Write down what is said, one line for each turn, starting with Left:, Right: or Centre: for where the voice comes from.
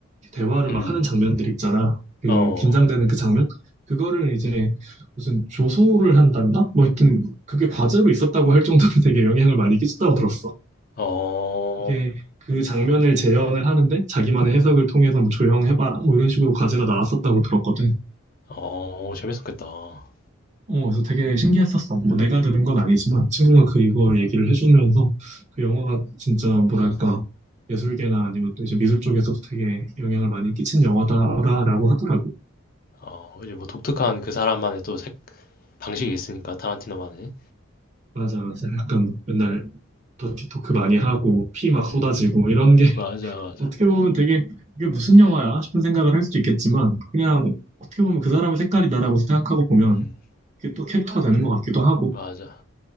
Right: 대화를
Left: 음, 음.
Right: 막 하는 장면들 있잖아 그
Left: 어,
Right: 긴장되는 그 장면 그거를 이제 무슨 조소를 한단다 뭐 하여튼 그게 과제로 있었다고 할 정도로 되게 영향을 많이 끼쳤다고 들었어
Left: 어,
Right: 이게 그 장면을 재현을 하는데 자기만의 해석을 통해서 뭐 조형해봐라 뭐 이런 식으로 과제가 나왔었다고 들었거든.
Left: 어, 어, 재밌었겠다. 어,
Right: 어, 그래서 되게 신기했었어. 뭐 내가 들은 건 아니지만 친구가 그 이걸 얘기를 해주면서 그 영화가 진짜 뭐랄까 예술계나 아니면 또 이제 미술 쪽에서도 되게 영향을 많이 끼친 영화다라고 하더라고.
Left: 어, 이제 뭐 독특한 그 사람만의 또 색, 방식이 있으니까 타란티노만의.
Right: 맞아, 맞아. 약간 맨날 더티토크 많이 하고 피 막
Left: 음,
Right: 쏟아지고 이런 게 <laughs>
Left: 맞아, 맞아.
Right: 어떻게 보면 되게 이게 무슨 영화야 싶은 생각을 할 수도 있겠지만 그냥 어떻게 보면 그 사람의 색깔이다라고 생각하고 보면
Left: 음,
Right: 그게 또 캐릭터가 되는 것 같기도 하고.
Left: 맞아.